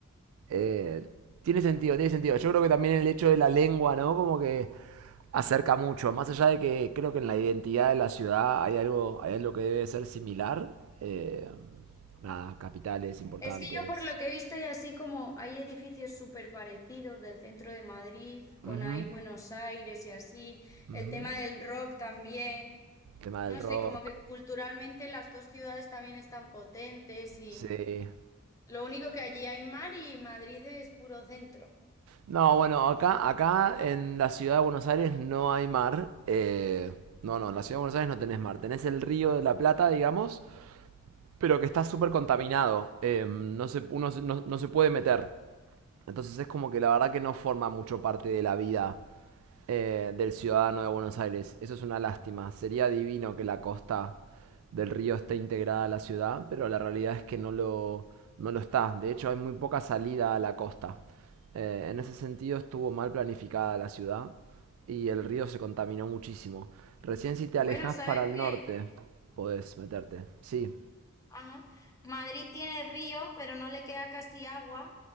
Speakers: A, on the right (about 80°); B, on the left (about 15°).
A: Eh, tiene sentido, tiene sentido. Yo creo que también el hecho de la lengua, ¿no? Como que acerca mucho. Más allá de que creo que en la identidad de la ciudad hay algo, hay algo que debe ser similar. eh, nada, capitales importantes.
B: Es que yo por lo que he visto y así como hay edificios súper parecidos del centro de Madrid, con
A: Ujú,
B: ahí Buenos Aires y así,
A: ujú.
B: el tema del rock también,
A: Tema
B: no
A: del rock.
B: sé, como que culturalmente las dos ciudades también están potentes y
A: Sí.
B: lo único que allí hay mar y Madrid es puro centro.
A: No, bueno, acá, acá en la ciudad de Buenos Aires no hay mar. eh, no, no, en la ciudad de Buenos Aires no tenés mar. Tenés el río de la Plata, digamos, pero que está súper contaminado. eh, no se, uno se- no- no se puede meter. Entonces es como que la verdad que no forma mucho parte de la vida eh, del ciudadano de Buenos Aires. Eso es una lástima. Sería divino que la costa del río esté integrada a la ciudad, pero la realidad es que no lo, no lo está. De hecho, hay muy poca salida a la costa. Eh, en ese sentido estuvo mal planificada la ciudad y el río se contaminó muchísimo. Recién si te
B: Bueno,
A: alejas
B: ¿sabes
A: para el
B: qué?
A: norte podés meterte. Sí,
B: Ajá. Madrid tiene río, pero no le queda casi agua.